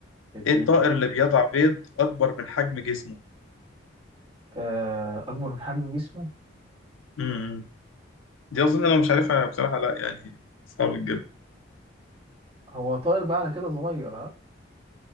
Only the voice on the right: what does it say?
الدين
آه اكبر من حجم جسمه
هو طائر بقى على كده صغير ها